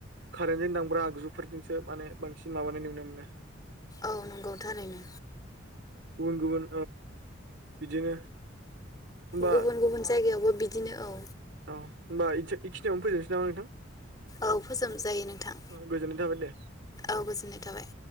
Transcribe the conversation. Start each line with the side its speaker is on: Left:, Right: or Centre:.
Right: कारेन्टजों दांब्रा आगजुफोरजोंसो माने बांसिन माबानाय नुनो मोनो
Left: औ नंगौ थारैनो
Right: गुबुन गुबुन बिदिनो होमबा
Left: गुबुन गुबुन जायगायावबो बिद दिनो औ
Right: औ होनोमबा इसे-एखिनियावनो फैजोबनोसै नामा नोंथां
Left: औ फोजोबजायो नोंथां
Right: गोजोननाय थाबाय दे
Left: औ गोजोननाय थाबाय